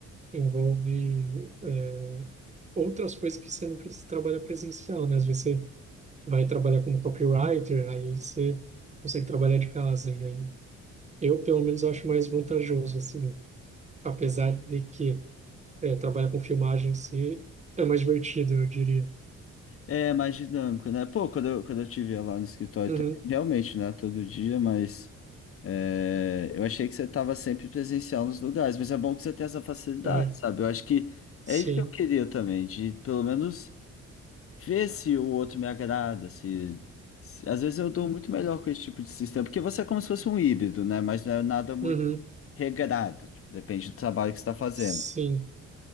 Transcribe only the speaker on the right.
envolve é, outras coisas que você não precisa trabalhar presencial, né? Às vezes você vai trabalhar como copywriter, aí você consegue trabalhar de casa. E aí eu, pelo menos, acho mais vantajoso, assim, apesar de que é, trabalhar com filmagem em si é mais divertido, eu diria.
Uhum,
uhum,
sim,
uhum,
sim,